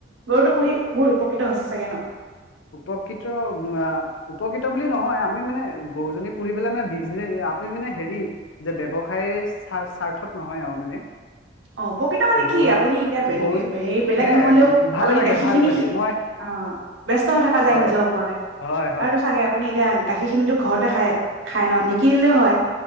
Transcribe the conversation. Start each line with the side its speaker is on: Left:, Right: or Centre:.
Right: গৰুটো পুহি। বহুত উপকৃত হৈছে চাগে ন'?
Left: উপকৃত উম আ, উপকৃত বুলি নহয়, আমি মানে, গৰুজনী পুহি পেলাই মানে, বিজনেছ আমি মানে হেৰী, ব্যৱসায়ীৰ স্বাৰ-স্বাৰ্থত নহয় আৰু মানে।
Right: অ' উপকৃত মানে
Left: গৰুজনী
Right: কি, আপুনি এতিয়া <unintelligible>
Left: গৰুজনী
Right: হেৰি বেলেগ
Left: সেয়াই
Right: নহলেও
Left: ভাল
Right: আপুনি
Left: লাগে
Right: গাখীৰখিনি
Left: ভাল লাগে
Right: খীৰ
Left: মই
Right: অ', <unintelligible> <unintelligible> থকা যায়
Left: হয়
Right: নিজৰ ওপৰতে,
Left: হয় হয়
Right: আৰু চাগে আপুনি <unintelligible> গাখীৰখিনিতো ঘৰতে খায়, খায় ন', নিকিনিলেও হয়।